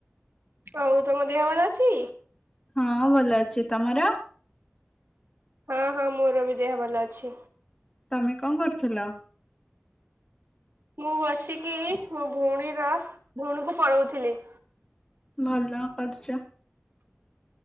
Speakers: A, on the right; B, on the left.
A: ହଉ ତମ ଦେହ ଭଲ ଅଛି?
B: ହଁ ଭଲ ଅଛି ତମର?
A: ହଁ ହଁ ମୋର ବି ଦେହ ଭଲ ଅଛି।
B: ତମେ କଣ କରୁଥିଲ?
A: ମୁଁ ବସିକି ମୋ ଭଉଣୀର ଭଉଣୀକୁ ପଳଉଥିଲି
B: ଭଲ କରିଛ।